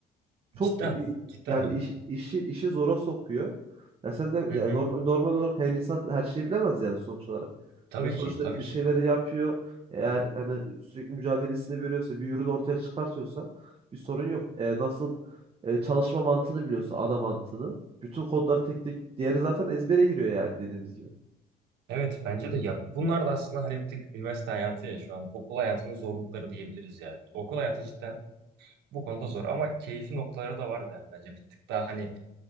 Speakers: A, on the right; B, on the right.
A: çok
B: Cidden,
A: i-
B: cidden
A: yani
B: öyle.
A: iş- işi işi zora sokuyor. Ya sen de
B: Hı hı.
A: ya normal normal olarak yani insan her şeyi bilemez yani sonuç olarak.
B: Tabii
A: Ya sonuçta
B: ki, tabii
A: bir
B: ki.
A: şeyleri yapıyor. Eğer hani sürekli mücadelesini veriyorsa, bir ürün ortaya çıkartıyorsa bir sorun yok. E, nasıl e, çalışma mantığını biliyorsa ana mantığını. Bütün kodları tek tek diğeri zaten ezbere giriyor yani dediğimiz gibi.
B: Evet, bence de ya bunlar da aslında hani bir tık üniversite hayatı ya şu an okul hayatının zorlukları diyebiliriz yani. Okul hayatı cidden bu konuda zor ama keyfi noktaları da var yani bence. Bir tık daha hani